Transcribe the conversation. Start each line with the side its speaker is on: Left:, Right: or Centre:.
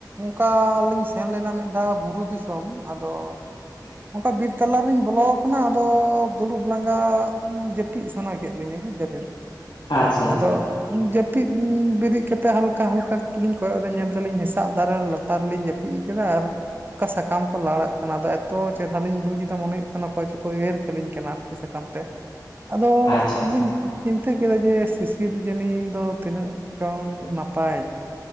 Right: ᱠᱟ ᱞᱤᱧ ᱥᱮᱱ ᱞᱮᱱᱟ ᱢᱤᱫ ᱫᱷᱟᱣ ᱵᱩᱨᱩ ᱫᱤᱥᱚᱢ᱾ ᱟᱫᱚ ᱚᱱᱠᱟ ᱵᱤᱨ ᱛᱟᱞᱟ ᱨᱤᱧ ᱵᱚᱞᱚ ᱠᱟᱱᱟ, ᱟᱫᱚ ᱫᱩᱲᱩᱵ ᱞᱟᱸᱜᱟ ᱡᱟᱹᱯᱤᱫ ᱥᱟᱱᱟ ᱠᱮᱫ ᱞᱤᱧᱟ᱾ ᱵᱩᱡᱽ ᱫᱟᱵᱮᱱ
Left: ᱟᱪᱪᱷᱟ ᱟᱪᱪᱷᱟ
Right: ᱟᱫᱚ ᱡᱟᱹ ᱡᱟᱹᱯᱤᱫ ᱵᱤᱨᱤᱫ ᱠᱟᱛᱮ ᱦᱟᱞᱠᱟ ᱦᱟᱞᱠᱟ ᱠᱟᱹᱴᱤᱡ ᱞᱤᱧ ᱠᱚᱭᱚᱜ ᱫᱟ ᱧᱮᱞ ᱫᱟᱞᱤᱧ ᱦᱮᱥᱟᱜ ᱫᱟᱨᱮ ᱞᱟᱛᱟᱨ ᱨᱮᱞᱤᱧ ᱡᱟᱹᱯᱤᱜ ᱠᱟᱫᱟ᱾ ᱚᱱᱠᱟ ᱥᱟᱠᱟᱢ ᱠᱚ ᱞᱟᱲᱟᱜ ᱠᱟᱱᱟ ᱟᱫᱚ ᱮᱛᱚ ᱪᱮᱦᱨᱟ ᱞᱤᱧ ᱵᱩᱡᱫᱟ ᱢᱚᱱᱮ ᱦᱩᱭᱩᱜ ᱠᱟᱱᱟ, ᱚᱠᱚᱭ ᱪᱚᱠᱚ ᱮᱭᱮᱨ ᱠᱟᱹᱞᱤᱧ ᱠᱟᱱᱟ ᱟᱨᱠᱤ ᱥᱟᱠᱟᱢ ᱛᱮ᱾ ᱟᱫᱚ
Left: ᱟᱪᱪᱷᱟ ᱟᱪᱪᱷᱟ
Right: ᱞᱤᱧ ᱪᱤᱱᱛᱟᱹ ᱠᱮᱫᱟ ᱡᱮ ᱥᱤᱥᱤᱨ ᱥᱨᱤᱡᱟᱹᱱᱤ ᱫᱚ ᱛᱤᱱᱟᱹᱜ ᱪᱚᱝ ᱱᱟᱯᱟᱭ᱾